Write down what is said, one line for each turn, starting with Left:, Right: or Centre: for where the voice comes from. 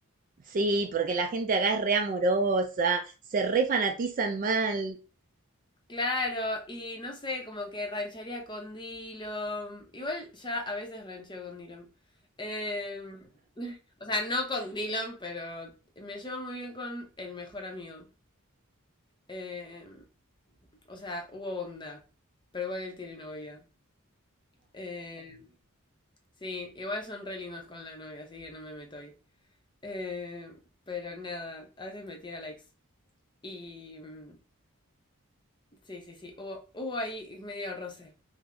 Right: Sí, porque la gente acá es re amorosa, se re fanatizan mal.
Left: Claro, y no sé, como que rancharía con Dillom. Igual ya a veces rancheo con Dillom. Em, <laughs> o sea, no con Dillom, pero me llevo muy bien con el mejor amigo. Em, O sea, hubo onda. Pero igual él tiene novia. Eh, sí, igual son re lindos con la novia, así que no me meto ahí. Eh, pero nada, a veces me tira likes. Y mm, sí, sí, sí. Hubo, hubo ahí medio roce.